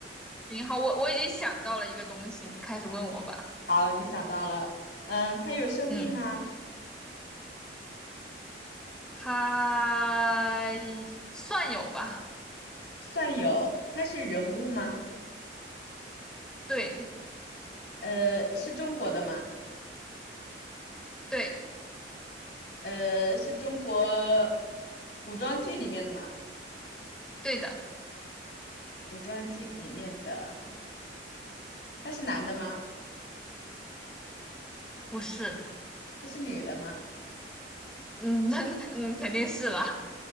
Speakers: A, in the centre; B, on the left (about 70°).
A: 行，好，我我已经想到了一个东西，你开始问我吧。
B: <laughs> 好，你想到了，嗯，他有生命吗？
A: 嗯，它算有吧？
B: 算有，他是人物吗？
A: 对，
B: 呃，是中国的吗？
A: 对，
B: 呃，是中国古装剧里面的吗？
A: 对的，
B: 古装剧里面的，他是男的吗？
A: 不是，
B: 他是女的吗？
A: 嗯，<laughs> 嗯，肯定是啦。